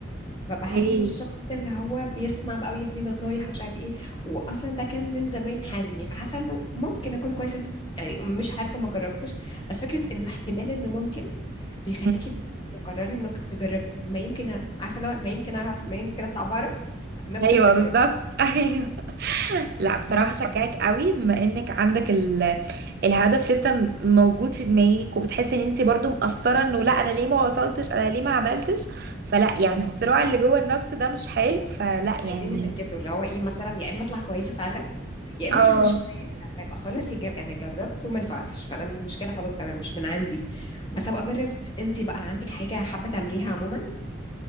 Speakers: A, on the left; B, on the right.
A: فبحس
B: <laughs>
A: اني الشخص اللي هو بيسمع بقى ويدي نصايح ومش عارف ايه واصلا ده كان من زمان حلمي فحاسه انه ممكن اكون كويسه فيه يعني مش عارفه ما جربتش بس فكره انه احتمال انه ممكن بيخليكي
B: اوكي
A: ت- تقرري انك تجربي ما يمكن عارفه لو ما يمكن اعرف ما يمكن اطلع بعرف نفس
B: ايوه
A: الفكره
B: بالظبط
A: كده
B: <laughs> ايوه لا بصراحه
A: بس
B: شجعك قوي بما انك عندك ال... الهدف لسه م- موجود في دماغك وبتحسي ان انت برضو مقصره انه لا انا ليه ما وصلتش انا ليه ما عملتش فلا
A: أو
B: يعني الصراع اللي جوه النفس ده مش حلو فلا
A: عايزين
B: يعني
A: يسكتوا اللي هو ايه مثلا يا اما اطلع كويسه فعلا يا اما
B: اه
A: اطلع مش كويسه فيبقى خلاص يجب... انا جربت وما نفعتش فانا المشكله خلاص تمام مش من عندي بس ابقى جربت انت بقى عندك حاجه حابه تعمليها عموما